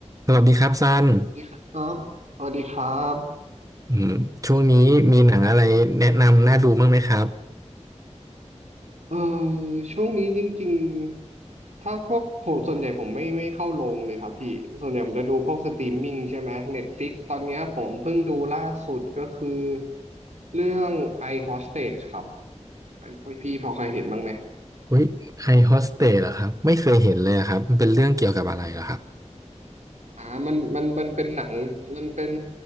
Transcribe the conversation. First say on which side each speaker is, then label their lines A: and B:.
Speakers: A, on the right (about 30°); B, on the right (about 70°).
A: สวัสดีครับซัน
B: สวัสดีครับสวัสดีครับ
A: อืมช่วงนี้มีหนังอะไรแนะนำน่าดูบ้างไหมครับ
B: เออช่วงนี้จริงๆ ถ้าพวกผมส่วนใหญ่ผมไม่ไม่เข้าโรงเลยครับพี่ ส่วนใหญ่ผมจะดูพวกสตรีมมิ่งใช่ไหม Netflix ตอนเนี้ยผมเพิ่งดูล่าสุดก็คือเรื่อง I Hostage ครับอันพี่พอเคยเห็นบ้างไหม
A: อุ้ยไอโฮสเตสเหรอครับไม่เคยเห็นเลยอะครับมันเป็นเรื่องเกี่ยวกับอะไรเหรอครับ
B: อ่ามันมันมันเป็นหนังมันเป็น